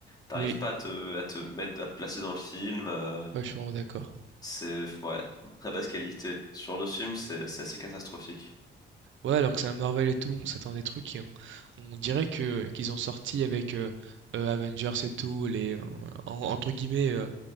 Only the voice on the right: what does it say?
oui,
ouais, je suis vraiment d'accord.
Ouais, alors que c'est un Marvel et tout, on s'attend à des trucs et on on dirait que qu'ils ont sorti avec, heu heu, Avengers et tout, les euh, en entre guillemets, euh,